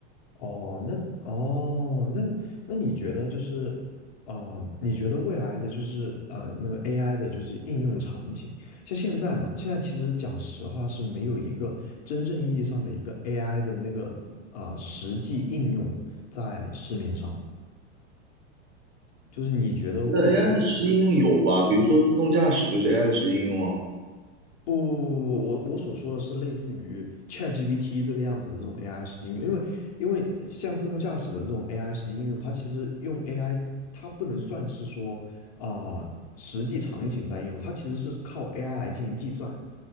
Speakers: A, on the left (about 35°); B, on the right (about 80°).
A: 哦，那哦，那那你觉得就是，呃，你觉得未来的就是呃那个 AI 的就是应用场景，像现在嘛，现在其实讲实话是没有一个真正意义上的一个 AI 的那个呃实际应用在市面上的，就是你觉得未来的这个
B: 觉得 AI 的实际应用有吧，比如说自动驾驶就是 AI 的实际应用啊。
A: 不不不不，不，我我所说的是类似于 ChatGPT 这个样子的这种 AI 实际应用，因为因为呃像自动驾驶的这种 AI 实际应用，它其实用 AI，它不能算是说啊、实际场景在应用，它其实是靠 AI 来进行计算，